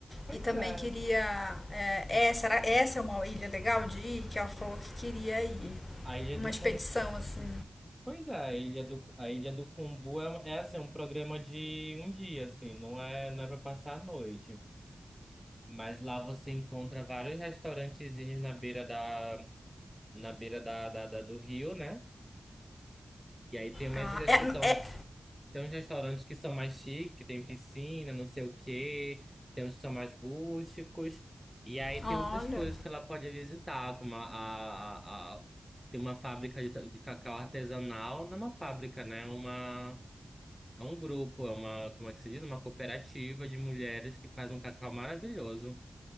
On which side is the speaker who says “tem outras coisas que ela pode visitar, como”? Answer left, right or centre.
Centre